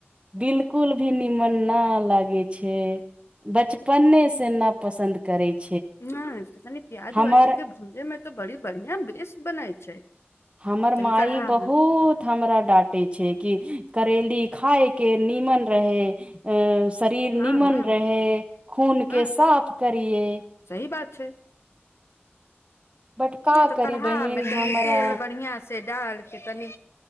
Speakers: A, on the right; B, on the left.
A: बिलकुल भी निमन न लागे छै बचपने से न पसन्द करे छै
B: न प्याज
A: हमर
B: अ जेके भुलै मे तऽ बड़ी बढ़िियां बेस बनै छै
A: हमर
B: तनि
A: मााय
B: कढ़हा
A: बहुत
B: मे
A: हमरा डाँटे छै क करेली खााय के नीमन रहे अ शरीर
B: हँ
A: निमन
B: हँ
A: रह खून
B: हँ
A: के साफ करए
B: सही बात छै
A: बट का
B: नहि तऽ
A: करी
B: काढ़ामे
A: बहिन
B: तनी
A: हमरा
B: तेल बढ़िआं से से डालके तनी